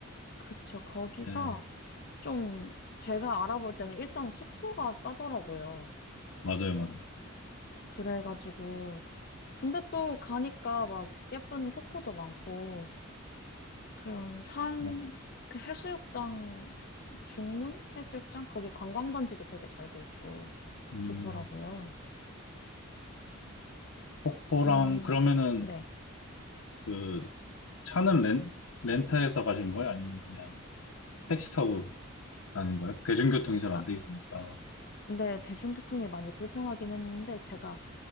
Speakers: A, on the left; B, on the left.
A: 그쵸. 거기가
B: 네.
A: 좀 제가 알아볼 때는 일단 숙소가 싸더라고요.
B: 맞아요, 맞아요.
A: 그래가지고. 근데 또 가니까 막 예쁜 폭포도 많고 그런 산,
B: 네.
A: 그 해수욕장, 중문? 해수욕장? 거기 관광단지도 되게 잘 돼 있고
B: 음,
A: 좋더라고요.
B: 폭포랑,
A: 음,
B: 그러면은
A: 네.
B: 그 차는 렌, 렌터에서 가신 거예요? 아니면 그냥 택시 타고 다닌 거예요? 대중교통이 잘
A: 아,
B: 안돼 있으니까.
A: 근데 대중교통이 많이 불편하긴 했는데 제가